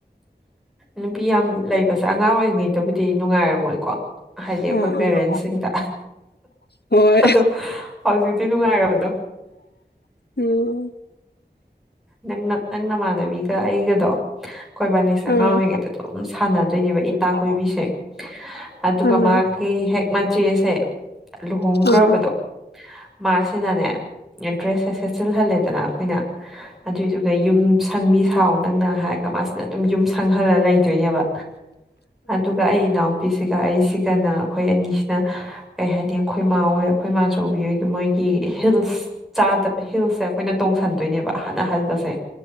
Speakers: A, in the centre; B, on the left.
A: ꯅꯨꯄꯤ ꯌꯥꯝ ꯂꯩꯕꯁꯦ ꯑꯉꯥꯡ ꯑꯣꯏꯔꯤꯉꯩꯗꯕꯨꯗꯤ ꯅꯨꯡꯉꯥꯏꯔꯝꯃꯣꯏꯀꯣ ꯍꯥꯏꯗꯤ ꯑꯩꯈꯣꯏ
B: ꯑꯥ ꯑꯥ
A: ꯄꯦꯔꯦꯟꯁꯁꯤꯡꯗ
B: ꯍꯣꯏ
A: ꯑꯗꯣ ꯍꯧꯖꯤꯛꯇꯤ ꯅꯨꯡꯉꯥꯏꯔꯕꯗꯣ
B: ꯎꯝ
A: ꯅꯪꯅ ꯅꯪ ꯅꯃꯥꯟꯅꯕꯤꯒ ꯑꯩꯒꯗꯣ ꯑꯩꯈꯣꯏ ꯕꯥꯅꯤꯁꯦ
B: ꯑꯥ
A: ꯑꯉꯥꯡ
B: ꯑꯥ
A: ꯑꯣꯏꯔꯤꯉꯩꯗ ꯑꯗꯨꯝ ꯁꯥꯟꯅꯗꯣꯏꯅꯦꯕ ꯏꯇꯥ
B: ꯑꯥ
A: ꯀꯣꯏꯕꯤꯁꯦ
B: ꯑꯥ
A: ꯑꯗꯨꯒ
B: ꯑꯥ
A: ꯃꯥꯒꯤ
B: ꯑꯥ ꯑꯥ ꯑꯥ
A: ꯍꯦꯛ ꯃꯆꯦꯁꯦ ꯂꯨꯍꯣꯡꯈ꯭ꯔꯕꯗꯣ
B: ꯍꯣꯏ
A: ꯃꯥꯁꯤꯅꯅꯦ ꯗ꯭ꯔꯦꯁꯁꯦ ꯁꯦꯠꯆꯤꯜꯍꯜꯂꯦꯗꯅ ꯑꯩꯈꯣꯏꯅ ꯑꯗꯨꯏꯗꯨꯒ ꯌꯨꯝ ꯁꯪꯕꯤ ꯁꯥꯎ ꯅꯪꯅ ꯍꯥꯏꯔꯒ ꯃꯥꯁꯤꯅ ꯑꯗꯨꯝ ꯌꯨꯝ ꯁꯪꯍꯜꯂ ꯂꯩꯗꯣꯏꯅꯦꯕ ꯑꯗꯨꯒ ꯑꯩ ꯏꯅꯥꯎꯄꯤꯁꯤꯒ ꯑꯩꯁꯤꯒꯅ ꯑꯩꯈꯣꯏ ꯑꯅꯤꯁꯤꯅ ꯀꯩ ꯍꯥꯏꯅꯤ ꯑꯩꯈꯣꯏ ꯃꯥꯍꯣꯏ ꯑꯩꯈꯣꯏ ꯃꯥꯆꯧꯕꯤ ꯃꯣꯏꯒꯤ ꯍꯤꯜꯁ ꯆꯥꯗꯕ ꯍꯤꯜꯁꯦ ꯑꯩꯈꯣꯏꯅ ꯇꯣꯡꯁꯟꯗꯣꯏꯅꯦꯕ ꯑꯍꯥꯟ ꯑꯍꯟꯕꯁꯦ